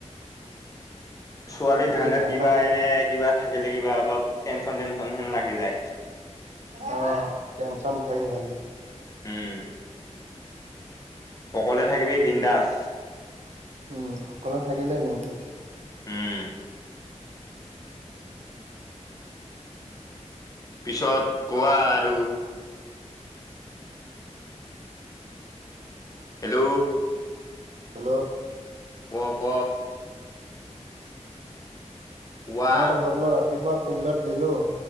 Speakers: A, on the left (about 30°); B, on the right (about 70°).
A: ছোৱালীৰ ধান্দাত
B: ধান্দা
A: কিবা
B: কৰি
A: এনে কিবা থাকিলে কিবা অলপ টেনচন, টেনশ্যন হেন লাগি যায়।
B: অ', টেনশ্যন হয়ে খালি।
A: উম। অকলে থাকিবি, বিন্দাস।
B: উম, অকলে থাকিলেই বিন্দাস।
A: উম। পিছত কোৱা আৰু হেল্ল'।
B: হেল্ল'।
A: ক, ক। কোৱা
B: মই ভাবিলো ৰাতিপুৱা ফিল্ডত গ'লো।